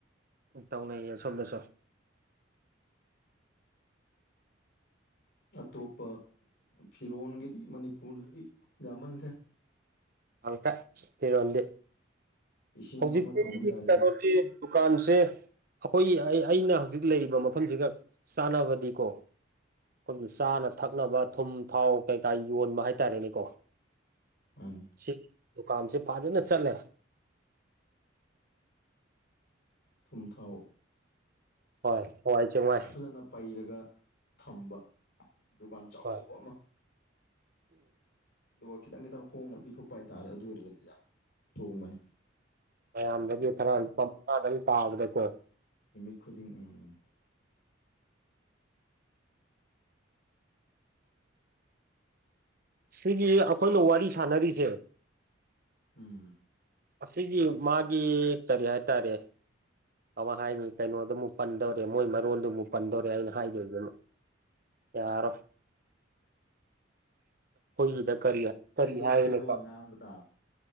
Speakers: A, on the right; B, on the left.
A: ꯇꯧꯅꯩꯌꯦ ꯑꯁꯣꯝꯗꯁꯨ
B: <inaudible> ꯑꯇꯣꯞꯄ ꯐꯤꯔꯣꯟꯒꯤꯗꯤ ꯃꯅꯤꯄꯨꯔꯗꯗꯤ ꯌꯥꯝꯃꯟꯈ꯭ꯔꯦ
A: <unintelligible> ꯐꯤꯔꯣꯟꯗꯤ
B: ꯏꯁꯤꯡ
A: ꯍꯧꯖꯤꯛꯇꯤ
B: ꯑꯃ ꯇꯧꯕ ꯌꯥꯔꯤ
A: ꯀꯩꯅꯣꯗꯤ ꯗꯨꯀꯥꯟꯁꯦ ꯑꯈꯣꯏꯒꯤ ꯑꯩ ꯑꯩꯅ ꯍꯧꯖꯤꯛ ꯂꯩꯔꯤꯕ ꯃꯐꯝꯁꯤꯒ ꯆꯥꯟꯅꯕꯗꯤꯀꯣ ꯑꯈꯣꯏꯒꯤ ꯆꯥꯅ ꯊꯛꯅꯕ ꯊꯨꯝ ꯊꯥꯎ ꯀꯩꯀꯥ ꯌꯣꯟꯕ ꯍꯥꯏꯇꯥꯔꯦꯅꯦꯀꯣ
B: ꯃꯥꯅꯤ
A: ꯁꯤ ꯗꯨꯀꯥꯟꯁꯦ ꯐꯖꯅ ꯆꯠꯂꯦ
B: ꯊꯨꯝ ꯊꯥꯎ
A: ꯍꯣꯏ ꯍꯋꯥꯏ ꯆꯦꯡꯋꯥꯏ
B: ꯐꯖꯅ ꯄꯩꯔꯒ ꯊꯝꯕ ꯗꯨꯀꯥꯟ ꯆꯥꯎꯕ
A: ꯍꯣꯏ
B: ꯑꯃ ꯑꯗꯨꯒ ꯈꯤꯇꯪ ꯈꯤꯇꯪ ꯍꯣꯡꯅ ꯄꯤꯊꯣꯛꯄ ꯍꯥꯏꯇꯥꯔꯦ ꯑꯗꯨ ꯑꯣꯏꯔꯒꯗꯤ ꯌꯥꯝ ꯇꫭꯡꯕꯅꯤ
A: ꯃꯌꯥꯝꯗꯒꯤ ꯈꯔ ꯂꯨꯄꯥ ꯃꯉꯥꯗꯪ ꯇꯥꯕꯗꯀꯣ
B: ꯅꯨꯃꯤꯠ ꯈꯨꯗꯤꯡ ꯎꯝ ꯎꯝ
A: ꯁꯤꯒꯤ ꯑꯈꯣꯏꯅ ꯋꯥꯔꯤ ꯁꯥꯟꯅꯔꯤꯖꯦ
B: ꯎꯝ
A: ꯑꯁꯤꯒꯤ ꯃꯥꯒꯤ ꯀꯔꯤ ꯍꯥꯏꯇꯥꯔꯦ ꯑꯋꯥꯠ ꯍꯥꯏꯅꯤ ꯀꯩꯅꯣꯗꯨꯃꯨꯛ ꯄꯟꯗꯧꯔꯦ ꯃꯣꯏ ꯃꯔꯣꯟꯗꯨꯃꯨꯛ ꯄꯟꯗꯧꯔꯦ ꯑꯩꯅ ꯍꯥꯏꯗꯣꯏꯖꯤꯅ ꯌꯥꯔꯣꯏ
B: <inaudible>
A: ꯑꯈꯣꯏꯒꯤꯗ ꯀꯔꯤ
B: ꯊꯩꯗꯣꯛ
A: ꯀꯔꯤ ꯍꯥꯏꯒꯅꯤꯀꯣ
B: ꯊꯩꯗꯣꯛꯑ ꯉꯥꯡꯕ ꯇꯥꯕꯅꯤ